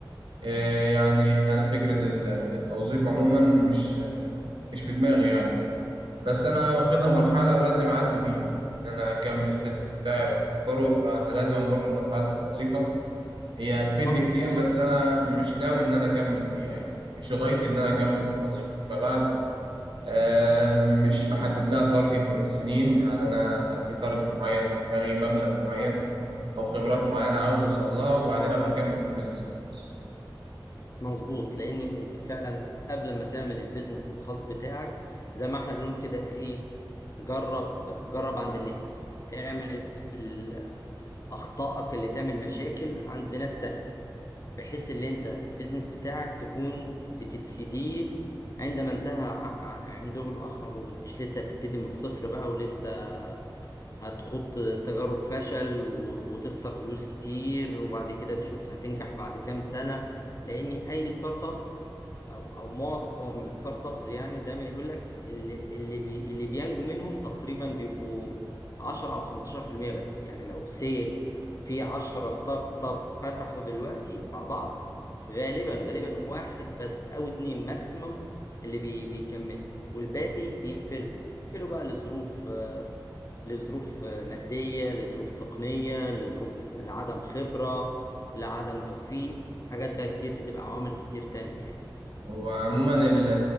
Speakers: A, on the right (about 70°); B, on the left (about 40°).
A: آه، يعني أنا فكرة ال- التوظيف عموما مش مش في دماغي يعني بس أنا واخدها مرحلة ولازم أعدي بيها إن أنا أكمل البيزنس بتاعي وأكبره فأنا لازم أمر بمرحلة الوظيفة هي هتفيدني
B: طبعا
A: كتير بس أنا مش ناوي إن أنا أكمل فيها يعني مش غايتي إن أنا أكمل في الوظيفة فيما بعد آم، مش محدد لها تارجت من السنين يعني أنا في تارجت معين في دماغي مبلغ معين أو خبرات معينة عاوز أوصل لها وبعدين أبقى أكمل في البيزنس الخاص
B: مظبوط لاني انت فعلا قبل ما تعمل البيزنس الخاص بتاعك زي ما احنا بنقول كده ايه جرب جرب عند الناس اعمل ال- اخطائك اللي تعمل مشاكل عند ناس تانية بحيث ان انت البيزنس بتاعك تكون بتبتديه عندما انتهى ع- ع- عنده الاخرون مش لسه هتبتدي من الصفر بقى ولسه هتخوض تجارب فشل و- وتخسر فلوس كتير وبعد كده تشوف هتنجح بعد كام سنة لان اي ستارت اب او او معظم الستارت ابس يعني دايما يقول لك اللي اللي بي اللي بينجو منهم تقريبا بيبقوا 10 او 15% بس يعني لو سي في 10 ستارت اب فتحوا دلوقتي مع بعض غالبا غالبا واحد بس او اتنين ماكسيمم اللي بي بيكملوا والباقي بيقفلوا بيقفلوا بقى لظروف آه، لظروف آه، مادية لظروف تقنية لظروف لعدم خبرة لعدم توفيق حاجات بقى كتير بتبقى عوامل كتير تانية يعني
A: وعموما ال-